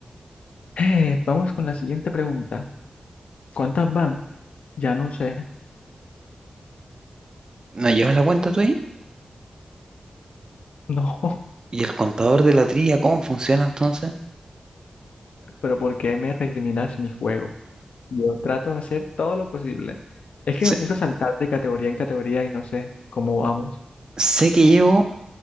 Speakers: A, on the left (about 80°); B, on the right (about 40°).
A: Eh, vamos con la siguiente pregunta. ¿Cuántas van? Ya no sé. <laughs>
B: ¿No llevas la cuenta tú ahí?
A: No,
B: ¿Y el contador de la trilla cómo funciona entonces?
A: pero ¿por qué me recriminas mi juego? Yo trato de hacer todo lo posible. Es que me
B: Sé,
A: puse a saltar de categoría en categoría y no sé cómo vamos.
B: sé que llevo